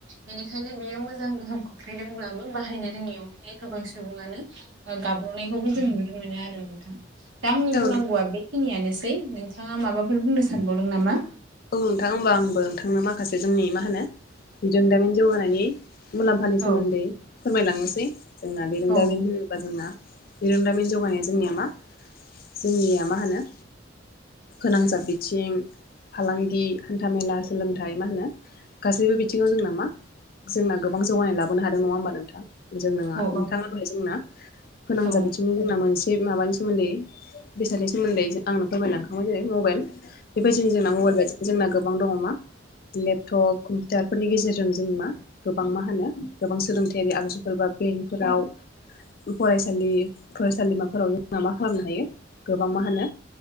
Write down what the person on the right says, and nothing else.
बेनिखायनो बेयो मोजां गोहोम खख्लैदोंब्लाबो बाहायनो रोङियावहाय गोबां सु- सुबुङानो गाब्रनायखौबो जों नुनो मोनो आरो नोंथां। दा आंनि बुंनांगौवआ
बे- खिनियानोसै नोंथाङा माबाफोर बुंनो सानबावदों नामा?
औ
औ
औ
औ